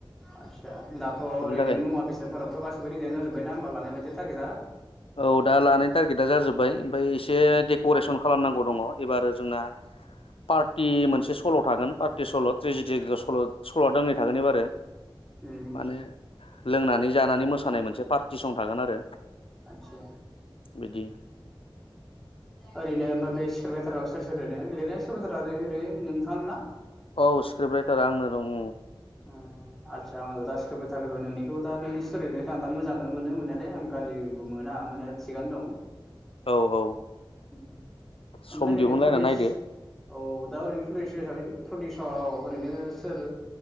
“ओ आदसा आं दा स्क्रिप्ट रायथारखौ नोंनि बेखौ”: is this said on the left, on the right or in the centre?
Centre